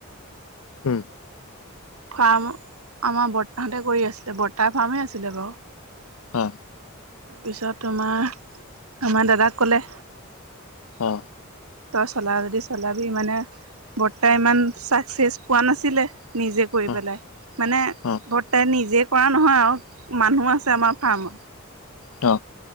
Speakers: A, on the left; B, on the right.
A: উম।
B: ফাৰ্ম আমাৰ বৰ্তাহঁতে কৰি আছিলে। বৰ্তাৰ ফাৰ্মেই আছিলে বাৰু।
A: অ।
B: তাৰপিছত তোমাৰ আমাৰ দাদাক ক'লে
A: অ।
B: তই চলা যদি চলাবি, মানে বৰ্তাই ইমান চাকচেচ পোৱা নাছিলে। নিজে কৰি
A: অ',
B: পেলাই, মানে
A: অ',
B: বৰ্তাই নিজে কৰা নহয় আও। মানুহ আছে আমাৰ ফাৰ্মত।
A: অ।